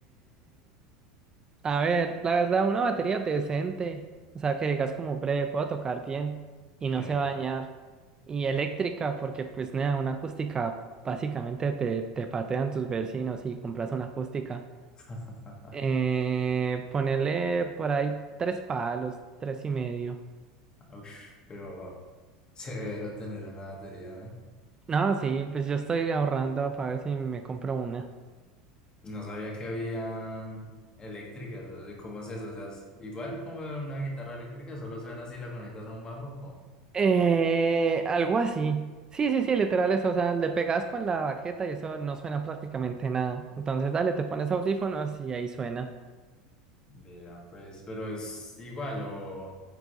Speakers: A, on the right; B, on the left.
A: A ver, la verdad, una batería decente, o sea, que digas como breve, puedo tocar bien y no
B: Sí.
A: se va a dañar. Y eléctrica, porque pues nada, una acústica básicamente te, te patean tus vecinos y compras una acústica.
B: <laughs>
A: Eh, ponerle por ahí tres palos, tres y medio.
B: Ush, pero severo tener una batería, ¿no?
A: No, sí, pues yo estoy ahorrando para ver si me compro una.
B: No sabía que habían eléctricas. o sea, ¿Cómo es eso? O sea, es igual como de una guitarra eléctrica, solo suena así, la conectas a un bajo, como.
A: Eh, algo así. Sí, sí, sí, literal eso. O sea, le pegas con la baqueta y eso no suena prácticamente nada. Entonces, dale, te pones audífonos y ahí suena.
B: Vea, pues, pero es igual, o.